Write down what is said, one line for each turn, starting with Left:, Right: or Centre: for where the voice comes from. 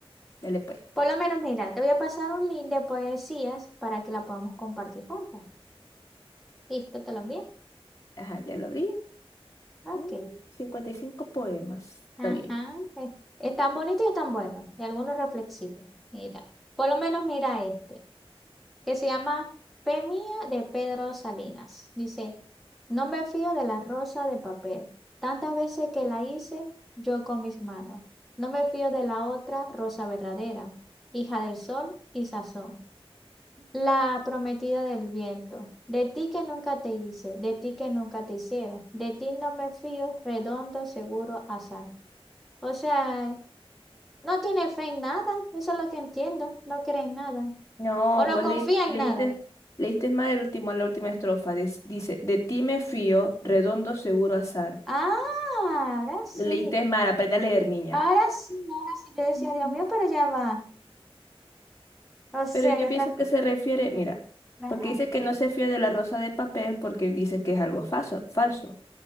Left: Dale pues.
Centre: Por lo menos, mira, te voy a pasar un link de poesías para que la podamos compartir juntas. ¿Listo? ¿Te lo envié?
Left: Ajá, ya lo abrí.
Centre: Ok.
Left: Mm, 55 poemas. Está
Centre: Ajá.
Left: bien.
Centre: Es, es tan bonito y es tan bueno. Y algunos reflexivos. Mira, por lo menos mira este. que se llama Fe mía de Pedro Salinas. Dice, no me fío de la rosa de papel, tantas veces que la hice yo con mis manos. No me fío de la otra rosa verdadera, hija del sol y sazón, la prometida del viento. De ti que nunca te hice, de ti que nunca te hicieron, de ti no me fío, redondo, seguro, azar. O sea, no tiene fe en nada, eso es lo que entiendo, no cree en nada,
Left: No,
Centre: o no
Left: vos
Centre: confía
Left: leí-
Centre: en
Left: leíste,
Centre: nada.
Left: leíste más el último, la última estrofa. Des- dice, de ti me fío, redondo seguro azar.
Centre: Ah, ahora sí.
Left: Leíste mal, aprende a leer, niña.
Centre: Ahora sí, ahora sí. Yo decía,
Left: Ujú.
Centre: Dios mío, pero ya va. O sea,
Left: Pero yo
Centre: ya está.
Left: pienso que se refiere, mira,
Centre: Ajá.
Left: porque dice que no se fía de la rosa de papel porque dice que es algo falso, falso.